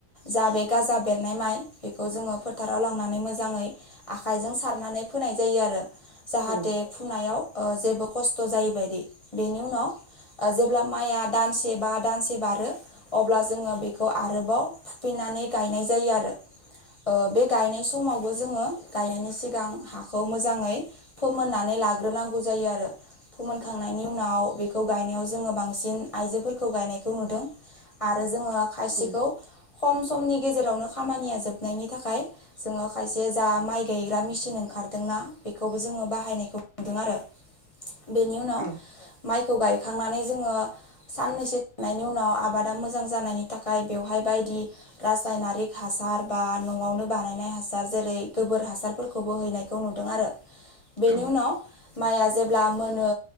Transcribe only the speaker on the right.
औ
औ
औ
औ